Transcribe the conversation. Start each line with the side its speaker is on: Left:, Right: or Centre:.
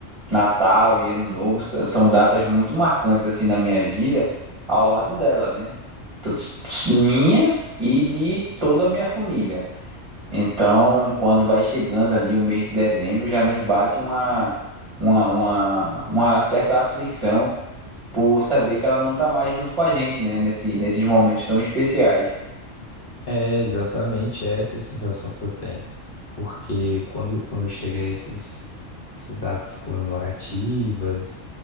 Right: Natal e Ano Novo s- são datas muito marcantes assim na minha vida, ao lado dela, né? T- t- Minha e de toda a minha família. Então, quando vai chegando ali o mês de dezembro, já nos bate uma, uma, uma, uma certa aflição por saber que ela não tá mais junto com a gente, né? Nesse, nesses momentos tão especiais.
Left: é exatamente essa sensação que eu tenho. Porque quando, quando chega esses, essas datas comemorativas,